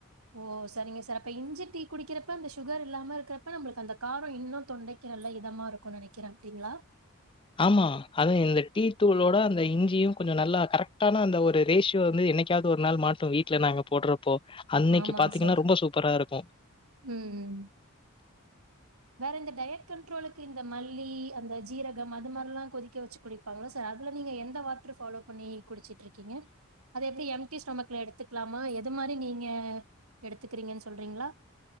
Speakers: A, on the right (about 85°); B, on the left (about 25°).
A: ஓ செரிங்க சார் அப்ப இஞ்சி டீ குடிக்கிறப்ப அந்த சுகர் இல்லாம இருக்றப்ப நம்ளுக்கு அந்த காரோ இன்னு தொண்டை க்கி நல்ல இதமாருக்கு நெனைக்கிறே அப்டிங்ளா
B: ஆமா ஆனா இந்த டீ தூளோட அந்த இஞ்சியு கொஞ்சோ நல்லா கரெக்ட்டான அந்த ஒரு ரேஷியோ வந்து என்ன க்காது ஒரு நாள் மாட்டு வீட்ல நாங்க போட்றப்போ அன்னக்கி
A: ஆமாங்க
B: பாத்தீங்கன்னா
A: சார்
B: ரொம்ப சூப்பராருக்கு
A: ம் ம் வேற இந்த டயட் கண்ட்ரோலுக்கு இந்த மல்லி அந்த சீரகம் அது மார்லா கொதிக்க வச்சு குடி ப்பாங்ள சார் அதுல நீங்க எந்த வாட்ரு ஃபாலோ பண்ணி குடிச்சிட்ருக்கீங்க அது எப்டி எம்டி ஸ்டொமக்ல எடுத்துக்லாமா எது மாரி நீங்க எடுத்துக்கிறீங்கன் சொல்றீங்ளா